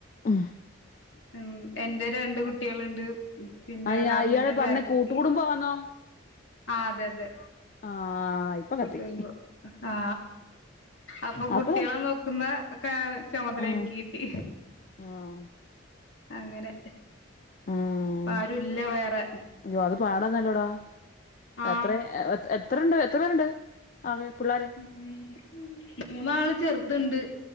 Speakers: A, on the left (about 40°); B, on the left (about 65°).
A: ആ
B: ഉം എന്റെ രണ്ട് കുട്ടികളുണ്ട് പിന്നെ
A: ആ
B: നാത്തൂന്റെ
A: ഇയാള് പറഞ്ഞ
B: പേരക്കുട്ടി
A: കൂട്ടുകുടുംബാന്നോ
B: ആ അതെ അതെ
A: ആ ഇപ്പൊ
B: കുട്ടി
A: കത്തി
B: പൊ ആ അപ്പൊ കുട്ടികളെ
A: അപ്പം
B: നോക്കുന്ന ഒക്ക ചുമതല
A: ഉം
B: എനിക്ക് കിട്ടി
A: ആഹ്
B: അങ്ങനെ
A: ഉം
B: അപ്പ ആരുല്ല വേറെ
A: അയ്യോ അത് പാടാന്നല്ലോടാ
B: ആ
A: എത്ര എത്രണ്ട് എത്ര പേരുണ്ട് അതെ പിള്ളാരെ
B: ഉം മൂന്നാള് ചെർത്ണ്ട്